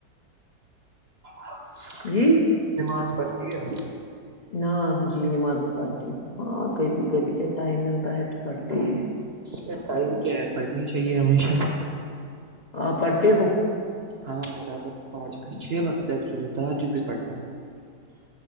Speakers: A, on the right; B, on the left.
A: <inaudible>
B: <unintelligible>
A: نماز پڑھتی ہے
B: نہ جی نماز میں پڑھتی ہ ہاں کبھی کبھی جب ٹائم ملتا ہے تو پڑھتی ہیں
A: ب ٹائم کیا ہے پڑھنی چاہیے ہمیشہ
B: آپ پڑھتے ہو
A: ہاں برابر پانچ چھ وقت ایکچولی تج بھی پڑتا ہوں